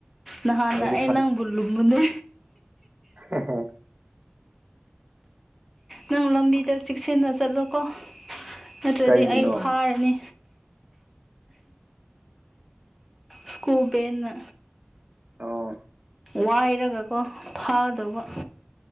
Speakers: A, in the centre; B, on the right.
A: ꯅꯍꯥꯟꯅ
B: ꯑꯩꯗꯤ
A: ꯑꯩ
B: ꯈꯪꯉꯦ
A: ꯅꯪꯕꯨ ꯂꯨꯝꯃꯨꯅꯦ
B: ꯑ ꯍꯣ
A: ꯅꯪ ꯂꯝꯕꯤꯗ ꯆꯦꯛꯁꯤꯟꯅ ꯆꯠꯂꯣꯀꯣ ꯅꯠꯇ꯭ꯔꯗꯤ
B: ꯀꯩꯒꯤꯅꯣ
A: ꯑꯩ ꯐꯥꯔꯅꯤ ꯁꯀꯨꯕꯦꯅ
B: ꯑꯣ
A: ꯋꯥꯏꯔꯒꯀꯣ ꯐꯥꯗꯧꯕ